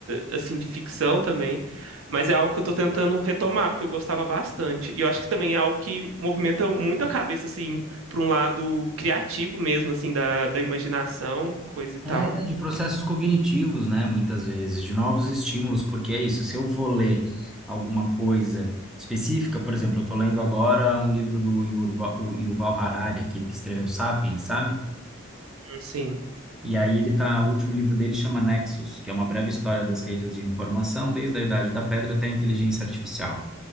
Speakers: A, on the right; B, in the centre.
A: assim, de ficção também, mas é algo que eu tô tentando retomar, porque eu gostava bastante. E eu acho que também é algo que movimenta muito a cabeça, assim, para um lado criativo mesmo, assim, da, da imaginação, coisa e tal.
B: É, de processos cognitivos, né? Muitas vezes, de novos estímulos, porque é isso. Se eu vou ler alguma coisa específica, por exemplo, eu estou lendo agora um livro do Yuval, o Yuval Harari, aquele que escreveu Sapiens, sabe?
A: Sim.
B: E aí ele tá, o último livro dele chama Nexus, que é uma breve história das redes de informação, desde a Idade da Pedra até a inteligência artificial.